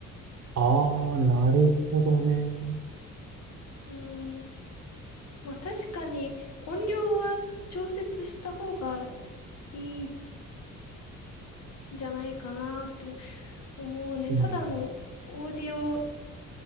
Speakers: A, on the right; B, on the left.
A: ああー、なるほどね。
B: うーん。まあ、確かに音量は調節した方がいいんじゃないかなって思う。もうね、
A: うん、
B: ただのオーディオ